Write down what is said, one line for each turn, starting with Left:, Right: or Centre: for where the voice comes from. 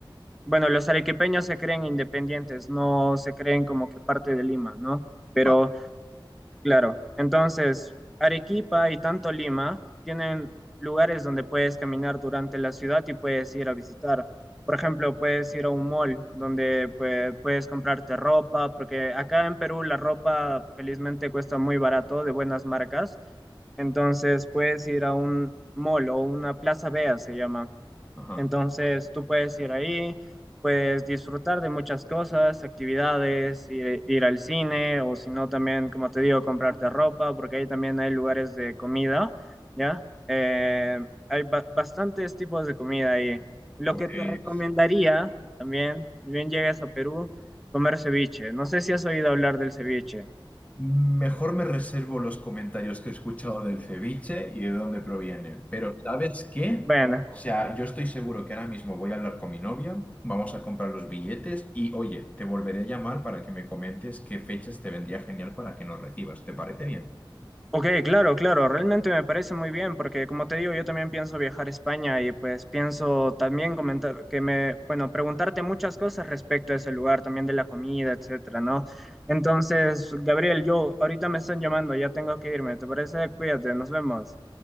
Centre: Bueno, los arequipeños se creen independientes, no se creen como que parte de Lima, ¿no? Pero
Left: vale.
Centre: claro, entonces Arequipa y tanto Lima tienen lugares donde puedes caminar durante la ciudad y puedes ir a visitar. Por ejemplo, puedes ir a un mall donde pues, puedes comprarte ropa, porque acá en Perú la ropa felizmente cuesta muy barato, de buenas marcas. Entonces puedes ir a un mall o una plaza vea, se llama
Left: Ajá.
Centre: entonces tú puedes ir ahí, puedes disfrutar de muchas cosas, actividades, ir, ir al cine o si no también, como te digo, comprarte ropa, porque ahí también hay lugares de comida, ¿ya? Eh, hay ba- bastantes tipos de comida ahí. Lo
Left: Pues
Centre: que te recomendaría también, ni bien llegues a Perú, comer ceviche. No sé si has oído hablar del ceviche.
Left: Mejor me reservo los comentarios que he escuchado del ceviche y de dónde proviene. Pero ¿sabes qué?
Centre: Bueno.
Left: O sea, yo estoy seguro que ahora mismo voy a hablar con mi novia, vamos a comprar los billetes y oye, te volveré a llamar para que me comentes qué fechas te vendría genial para que nos recibas. ¿Te parece bien?
Centre: Ok, claro, claro, realmente me parece muy bien porque como te digo, yo también pienso viajar a España y pues pienso también comentar que me, bueno, preguntarte muchas cosas respecto a ese lugar, también de la comida, etcétera, ¿no? Entonces, Gabriel, yo ahorita me están llamando, ya tengo que irme, ¿te parece? Cuídate, nos vemos.